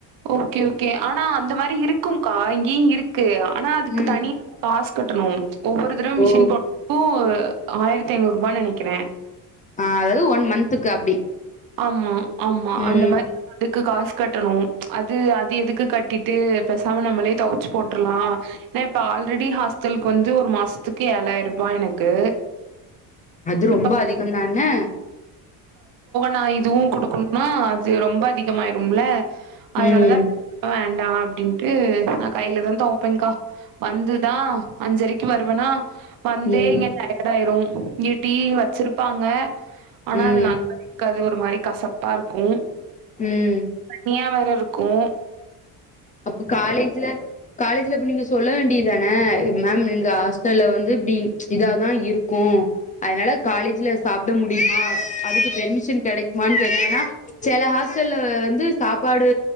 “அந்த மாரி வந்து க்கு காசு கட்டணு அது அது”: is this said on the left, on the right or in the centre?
Right